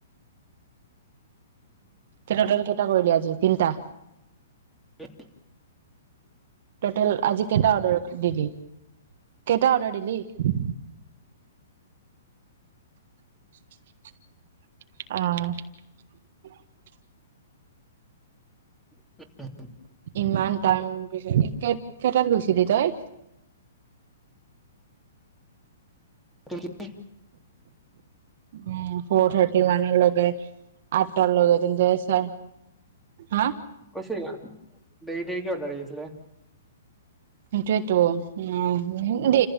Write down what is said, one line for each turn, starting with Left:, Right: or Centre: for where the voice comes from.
Right: <unintelligible> তে নটৰে কেইটা কলে আজি। তিনিটা।
Centre: হন।
Right: টোটেল আজি। কেইটা অৰ্ডাৰ দিলি। কেইটা অৰ্ডাৰ দে এনেই উম অহ
Centre: উম
Right: ইমান টাইম পিছত কেইটাত গৈছিলি তই
Centre: দিউটিলে
Right: উম ফো'ৰথাৰ্টি মান লৈকে আঠটা লৈকে হা
Centre: কৈছো কিবা ডেৰি ডেৰি কে অৰ্ডাৰ আহি আছিলে
Right: সেইটোৱেইতো উম